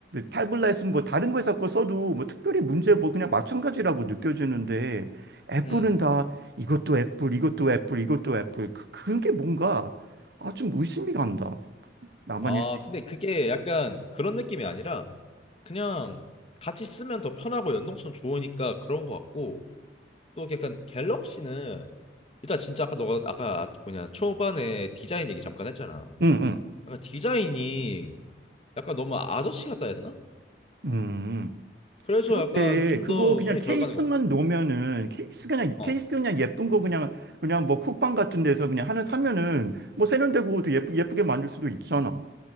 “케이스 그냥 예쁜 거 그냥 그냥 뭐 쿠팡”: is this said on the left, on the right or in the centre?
Right